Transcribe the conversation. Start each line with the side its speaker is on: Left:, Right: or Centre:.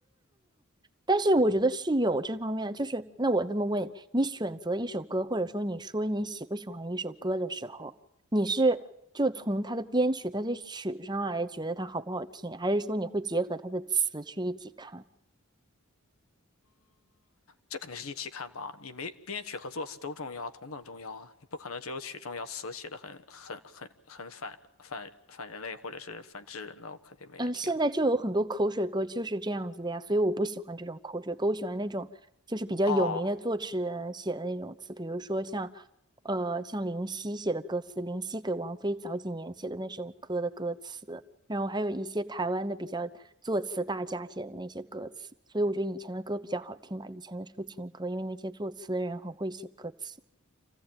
Right: 但是我觉得是有这方面的，就是那我这么问你，你选择一首歌，或者说你说你喜不喜欢一首歌的时候，你是就从它的编曲、它的曲上来觉得它好不好听，还是说你会结合它的词去一起看？
Left: 这肯定是一起看吧？你没编曲和作词都重要，同等重要啊！你不可能只有曲重要，词写的很很很很反反反人类或者是反智人的，我肯定没人听啊。
Right: 嗯，呃现在就有很多口水歌就是这样子的呀，所以我不喜欢这种口水歌，我喜欢那种就是比较有名的作词人写的那种词，
Left: 哦，
Right: 比如说像，呃，像林夕写的歌词，林夕给王菲早几年写的那首歌的歌词，然后还有一些台湾的比较作词大家写的那些歌词，所以我觉得以前的歌比较好听吧，以前的抒情歌，因为那些作词的人很会写歌词。